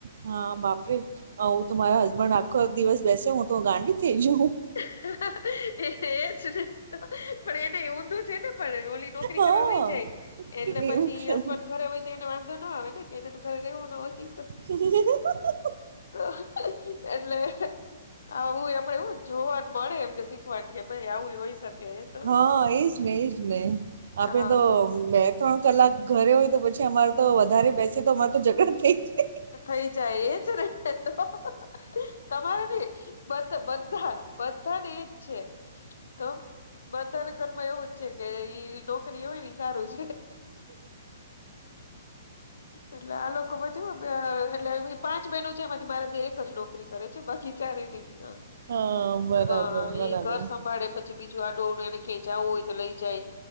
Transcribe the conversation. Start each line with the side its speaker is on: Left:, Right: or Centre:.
Right: હા, બાપ રે! આવું તો મારા હસબન્ડ આખો દિવસ બેસે હું તો ગાંડી થઇ જઉ.
Left: હા એ એજ ને તો પણ એને ઊંધું છે ને પણ ઓલી નોકરી
Right: હા
Left: કરવા વહી જાય. એટલે
Right: એવું
Left: પછી
Right: કેવું
Left: હસબન્ડ ઘરે હોય તો એને વાંધો ના આવે ને કે એને તો ઘરે રેવું ન હોય.
Right: <unintelligible>
Left: તો તો એટલે આવું આપડે એવું. જોવાનું મળે એમ કે શીખવાનું કે ભાઈ આવું હોય શકે. તો
Right: હા, એજ ને એજ ને આપે
Left: હા
Right: તો
Left: હા
Right: બે ત્રણ કલાક ઘરે હોય તો પછી અમારે તો વધારે બેસે તો અમારે તો ઝઘડ થઈ જાય.
Left: થઈ જાય એજ રે તો તમારું ને બધા બધા બધાને એજ છે. તો બધાના ઘરમાં એવું જ છે કે ઈ નોકરી હોય ને સારું. એટલે આ લોકો અ એટલે પાંચ બહેનો છે એમાંથી મારા એક જ નોકરી કરે છે બાકી ચારે નઈ હા,
Right: હા બરાબર
Left: હા
Right: બરાબર
Left: એ ઘર સંભાળે પછી બીજું આ ડોળું કઈ જવું હોય તો લઈ જાય